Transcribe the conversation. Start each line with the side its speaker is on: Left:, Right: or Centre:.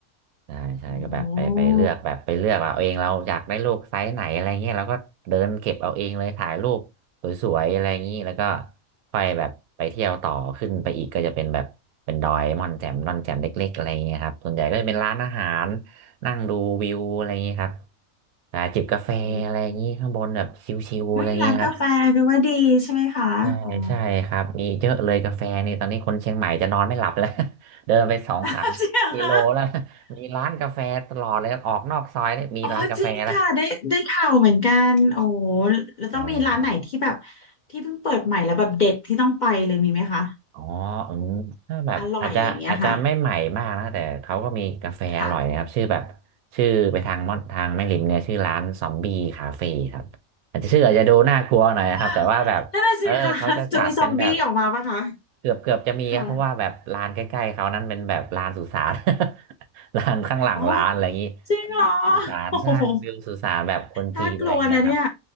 Right: ใช่ใช่ก็แบบไปไปเลือกแบบไปเลือกเอาเองเราอยากได้ลูกไซส์ไหนอะไรเงี้ยเราก็เดินเก็บเอาเองเลยถ่ายรูปสวยๆอะไรอย่างนี้แล้วก็
Left: โอ้
Right: ค่อยแบบไปเที่ยวต่อขึ้นไปอีกก็จะเป็นแบบเป็นดอยม่อนแจ่มม่อนแจ่มเล็กๆอะไรอย่างเงี้ยครับส่วนใหญ่ก็จะเป็นร้านอาหารนั่งดูวิวอะไรอย่างนี้ครับอ่าจิบกาแฟอะไรอย่างนี้ข้างบนแบบชิวๆอะไรอย่างนี้ครับ
Left: อืมเฮ้ยร้านกาแฟดูว่าดีใช่ไหมคะอ๋อ
Right: ใช่ใช่ครับมีเยอะเลยกาแฟนี่ตอนนี้คนเชียงใหม่จะนอนไม่หลับแล้ว <laughs> เดินไปสองสามกิโลแล้ว
Left: <laughs> จริงเหรอคะ
Right: <laughs> มีร้านกาแฟตลอดเลยออกนอกซอยเนี่ยมีร้านกาแฟแล้ว
Left: อ๋อจริงค่ะได้ได้ข่าวเหมือนกันโอ้แล้วต้องมีร้านไหนที่แบบ
Right: ใช่ใช่
Left: ที่เพิ่งเปิดใหม่แล้วแบบเด็ดที่ต้องไปเลยมีไหมคะ
Right: อ๋อเอมถ้าแบบอาจจะอาจจะไม่ใหม่มากนะแต่เขาก็มีกาแฟอร่อยนะครับชื่อแบบ
Left: อร่อยอย่างเงี้ยค่ะค่ะ
Right: ชื่อไปทางม่อนทางแม่ริมเนี่ยชื่อร้านซอมบี้คาเฟ่ครับอาจจะชื่ออาจจะดูน่ากลัวหน่อยนะครับแต่ว่าแบบเออเขาจะจัดเป็นแบบ
Left: อ้าวนั่นน่ะสิค่ะจะมีซอมบี้ออกมาปะคะ
Right: เกือบเกือบจะมีครับเพราะว่าแบบร้านใกล้ๆเขานั้นเป็นแบบร้านสุสาน
Left: ค่ะ
Right: <laughs> ร้านข้างหลังร้านอะไรอย่างนี้
Left: โอ้ยจริงเหรอ
Right: มีสุสานใช่วิวสุสานแบบคนจีนอะไรเงี้ยครับ
Left: โอ้โหน่ากลัวนะเนี่ย